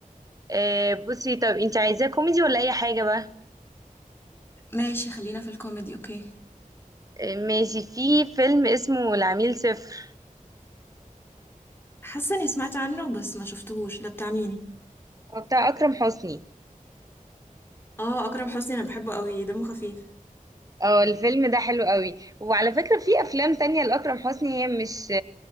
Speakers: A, on the right; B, on the left.
A: آه، بصي طب انت عايزاه كوميدي ولا اي حاجه بقى
B: ماشي خلينا في الكوميدي اوكي
A: آه، ماشي في فيلم اسمه العميل صفر
B: حاسه اني سمعت عنه بس ما شفتهوش ده بتاع مين
A: هو بتاع اكرم حسني
B: اه اكرم حسني انا بحبه قوي دمه خفيف
A: اه الفيلم ده حلو قوي وعلى فكرة في افلام تانية لأكرم حسني هي مش